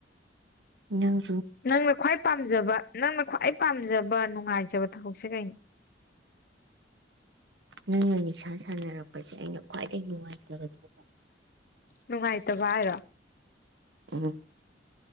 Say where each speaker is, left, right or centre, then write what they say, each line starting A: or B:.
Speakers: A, on the right; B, on the left.
A: ꯅꯪ
B: ꯅꯪꯅ ꯈ꯭ꯋꯥꯏ ꯄꯥꯝꯖꯕ ꯅꯪꯅ ꯈ꯭ꯋꯥꯏ ꯄꯥꯝꯖꯕ ꯅꯨꯡꯉꯥꯏꯖꯕ ꯊꯕꯛꯁꯦ ꯀꯩꯅꯣ
A: ꯅꯪꯅ ꯅꯤꯁꯥ ꯁꯥꯟꯅꯔꯛꯄꯒꯤ ꯑꯩꯅ ꯈ꯭ꯋꯥꯏꯗꯒꯤ ꯅꯨꯡꯉꯥꯏꯇꯕ
B: ꯅꯨꯡꯉꯥꯏꯇꯕ ꯍꯥꯏꯔꯣ
A: ꯎ